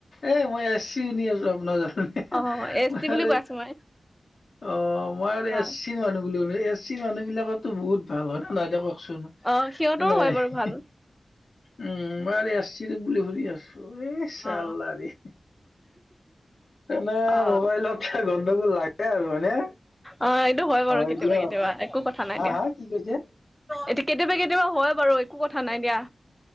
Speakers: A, on the left; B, in the centre.
A: এই মই এছ চিনি আছোঁ আপুনা য়া হে
B: অ এছ টি
A: হে
B: বুলি
A: লৈ
B: কৈ আছো মই
A: অ মই আৰু
B: অ
A: এছ চি মানুহ বুলি কলোঁ এছ এছ টি মানুহ বিলাকৰতো বহুত ভাল হয় নে নহয় এতিয়া ক কওকচোন
B: অ সিহঁতৰো
A: এলেই
B: হয় বাৰু
A: হি
B: ভাল
A: উম মই আৰু এছ টি বুলি শুনি আছোঁ এ চালা
B: অ
A: ৰে মানে
B: অ
A: মোবাইলত গণ্ডগোল লাগে লাগে আৰু হয়নে
B: অ এইটো বাৰু
A: হয়
B: কেতিয়াবা
A: দিয়ক
B: কেতিয়াবা একো কথা নাই
A: হা
B: দিয়া
A: হা কি কৈছে
B: এতিয়া কেতিয়াবা কেতিয়াবা হয় বাৰু একো কথা নাই দিয়া